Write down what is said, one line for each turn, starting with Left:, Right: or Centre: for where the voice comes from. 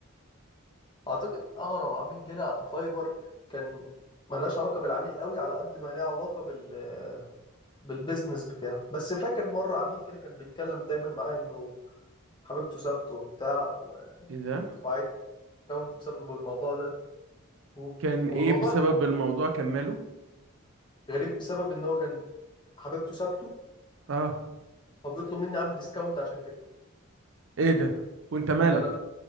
Left: اعتقد اغرب عميل جالي على فايفر كان ملهاش علاقه بالعميل قوي على قد ما ليها علاقه بال بالبيزنس بتاعه بس فاكر مره عميل كده كان بيتكلم دايما معايا انه حبيبته سابته وبتاع و-
Right: ايه ده
Left: وعايز اكونت بسبب الموضوع ده و-
Right: كان
Left: والموضوع
Right: ايه بسبب الموضوع كمله
Left: غريب بسبب ان هو كان حبيبته سابته
Right: اه
Left: فبيطلب مني اعمل ديسكاونت عشان كده
Right: ايه ده وانت مالك
Left: فانا